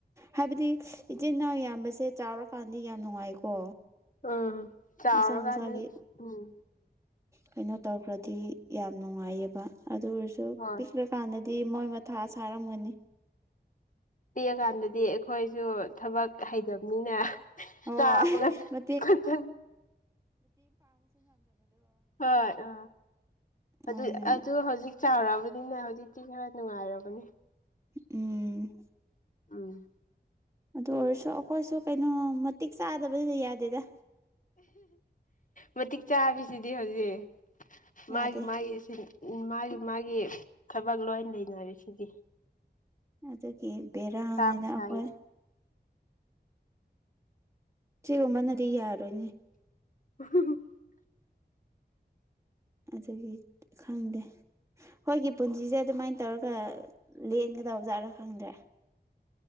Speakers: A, on the right; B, on the left.
A: ꯍꯥꯏꯕꯗꯤ ꯏꯆꯤꯟ ꯏꯅꯥꯎ ꯌꯥꯝꯕꯁꯦ ꯆꯥꯎꯔꯀꯥꯟꯗꯤ ꯌꯥꯝ ꯅꯨꯡꯉꯥꯏꯀꯣ
B: ꯎꯝ ꯆꯥꯕ
A: ꯃꯁꯥ
B: ꯀꯥꯟꯅ
A: ꯃꯁꯥꯒꯤ
B: ꯎꯝ
A: ꯀꯩꯅꯣ ꯇꯧꯈ꯭ꯔꯗꯤ ꯌꯥꯝ ꯅꯨꯡꯉꯥꯏꯌꯦꯕ ꯑꯗꯨ ꯑꯣꯏꯔꯁꯨ
B: ꯍꯣꯏ
A: ꯄꯤꯛꯂꯀꯥꯟꯗꯗꯤ ꯗꯤ ꯃꯣꯏ ꯃꯊꯥ ꯁꯥꯔꯝꯒꯅꯤ
B: ꯄꯤꯔꯀꯥꯟꯗꯗꯤ ꯑꯩꯈꯣꯏꯁꯨ ꯊꯕꯛ ꯍꯩꯇꯕꯅꯤꯅ
A: ꯑꯣ
B: ꯆꯥꯕꯒ
A: ꯃꯦ
B: ꯊꯛꯄꯒ ꯍꯣꯏ ꯑ
A: ꯃꯣꯏꯅ
B: ꯑꯗꯨ ꯑꯗꯨ ꯍꯧꯖꯤꯛ ꯆꯥꯎꯔꯛꯑꯕꯅꯤꯅ ꯍꯧꯖꯤꯛꯇꯤ ꯈꯔ ꯅꯨꯡꯉꯥꯏꯔꯕꯅꯦ
A: ꯎꯝ
B: ꯎꯝ
A: ꯑꯗꯨ ꯑꯣꯏꯔꯁꯨ ꯑꯩꯈꯣꯏꯁꯨ ꯀꯩꯅꯣ ꯃꯇꯤꯛ ꯆꯥꯗꯕꯅꯤꯅ ꯌꯥꯗꯦꯗ
B: ꯃꯇꯤꯛ ꯆꯥꯕꯤꯁꯤꯗꯤ ꯍꯧꯖꯤꯛ
A: ꯌꯥꯗꯦ
B: ꯃꯥꯒꯤ ꯃꯥꯒꯤ ꯎ ꯃꯥꯒꯤ ꯃꯥꯒꯤ ꯊꯕꯛ ꯂꯣꯏ ꯂꯩꯅꯔꯦꯁꯤꯗꯤ
A: ꯑꯗꯨꯒꯤ ꯕꯦꯔꯥꯅꯤꯗ
B: ꯃꯁꯥꯒꯤ
A: ꯑꯩꯈꯣꯏ ꯁꯤꯒꯨꯝꯕꯅꯗꯤ ꯌꯥꯔꯣꯏꯅꯦ
B: <unintelligible>
A: ꯑꯗꯨꯗꯒꯤ ꯈꯪꯗꯦ ꯍꯣꯏꯒꯤ ꯄꯨꯟꯁꯤꯁꯦ ꯑꯗꯨꯃꯥꯏ ꯇꯧꯔꯒ ꯂꯦꯡꯒꯗꯕ ꯖꯥꯠꯔꯣ ꯈꯪꯗ꯭ꯔꯦ